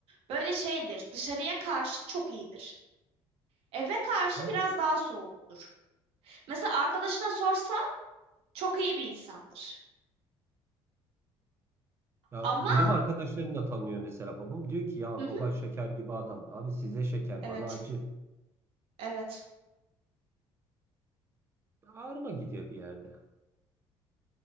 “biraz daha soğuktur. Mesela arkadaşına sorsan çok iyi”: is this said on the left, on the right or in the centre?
Right